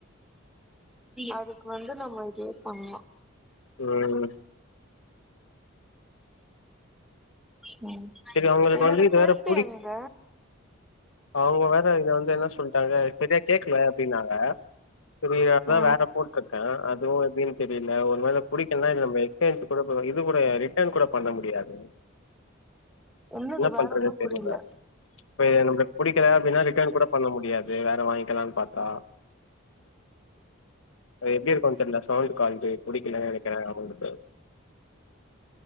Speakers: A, in the centre; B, on the left.
A: அதுக்கு வந்து நம்ம இதே பண்லா
B: ம்
A: ம்
B: செரி அவங்களுக்கு
A: என்னோட
B: வந்து இதுவேற
A: செருப்பு
B: புடிக்
A: எங்க
B: அவங்க வேற இத வந்து என்ன சொல்ட்டாங்க செரிய கேக்கல அப்டின்னாங்க <unintelligible>
A: ஆ
B: வேற போட்டிருக்கே அதுவு எப்டின்னு தெரில ஒரு வேல புடிக்கலனா எக்சேஷ் கூட இது கூட ரிட்டர்ன் கூட பண்ண முடியாது
A: என்னது
B: என்ன
A: வேற
B: பண்றதுனே தெரில
A: புரியல
B: இப்ப நம்ம புடிக்கல அப்டின்னா ரிட்டர்ன் கூட பண்ண முடியாது வேற வாங்கிக்கலான்னு பாத்தா அது எப்டி இருக்குனு தெரில சவுண்ட் குவாலிட்டி புடிக்கலன்னு நெனைக்கிற அவங்களுக்கு